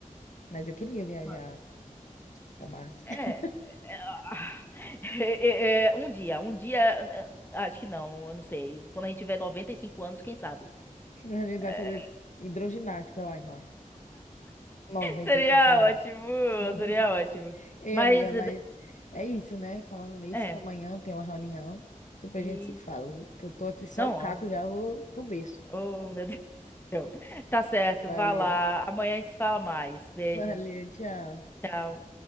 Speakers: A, on the left; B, on the left.
A: Mas eu queria viajar
B: Ma-
A: pra Marte.
B: É.
A: <laughs>
B: Ah, <laughs> é, é, é, um dia, um dia, eh, acho que não, eu não sei. Quando a gente tiver 95 anos, quem sabe?
A: A gente
B: <laughs>
A: vai fazer hidroginástica lá em Marte. noventa
B: Seria
A: e cinco anos.
B: ótimo,
A: <laughs>
B: seria ótimo.
A: Ei,
B: Mas,
A: amiga, mas é isso, né? Falando nisso,
B: é,
A: amanhã tem uma reunião. Depois
B: e...
A: a gente se fala. Que eu tô aqui só
B: Não,
A: o caco,
B: ó.
A: já vou pro berço.
B: oh, meu <laughs> Deus do céu. Tá certo,
A: Valeu,
B: vá lá. Amanhã a gente se fala mais. Beijo,
A: <laughs> valeu, tchau.
B: tchau.